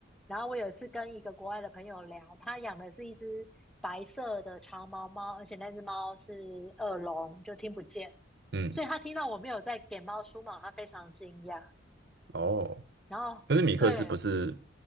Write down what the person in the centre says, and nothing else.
然后我有一次跟一个国外的朋友聊，他养的是一只白色的长毛猫，而且那只猫是耳聋，就听不见，
所以他听到我没有在给猫梳毛，他非常惊讶。
然后对，